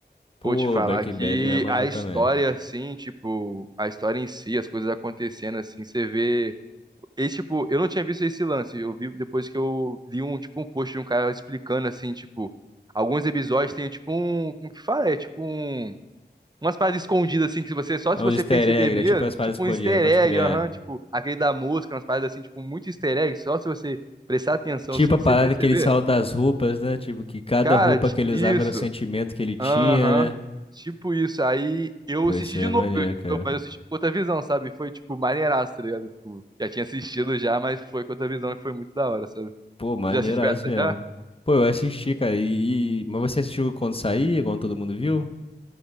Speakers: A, on the left (about 30°); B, on the right (about 25°).
A: Pô,
B: Pô, te falar
A: Breaking
B: que
A: Bad me amarra
B: a história,
A: também.
B: assim, tipo, a história em si, as coisas acontecendo, assim, você vê. E, tipo, eu não tinha visto esse lance. Eu vi depois que eu li um, tipo, um post de um cara explicando, assim, tipo, alguns episódios tem, tipo, um, como que fala? É, tipo, um, umas paradas escondidas, assim, que você, só
A: É
B: se
A: um
B: você
A: easter
B: perceber
A: egg,
B: mesmo,
A: né? Tipo as paradas
B: tipo,
A: escondidas,
B: um easter
A: pode
B: egg,
A: crer.
B: aham, tipo, aquele da mosca, umas paradas, assim, tipo, muito easter egg, só se você prestar atenção,
A: Tipo
B: assim,
A: a parada
B: você perceber.
A: que eles falam das roupas, né? Tipo, que cada
B: Cara,
A: roupa
B: ti-
A: que ele
B: isso.
A: usava era o sentimento que ele tinha,
B: Aham.
A: né?
B: Tipo isso. Aí eu
A: Pô,
B: assisti
A: isso é
B: de novo,
A: maneiro,
B: eu-
A: cara.
B: eu- mas eu assisti com outra visão, sabe? Foi, tipo, maneiraço, tá ligado? Tipo, já tinha assistido já, mas foi com outra visão e foi muito da hora, sabe?
A: Pô, maneiraço
B: Tu já assistiu essa
A: mesmo.
B: já?
A: Pô, eu assisti, cara. E, e- Mas você assistiu quando saía, quando todo mundo viu?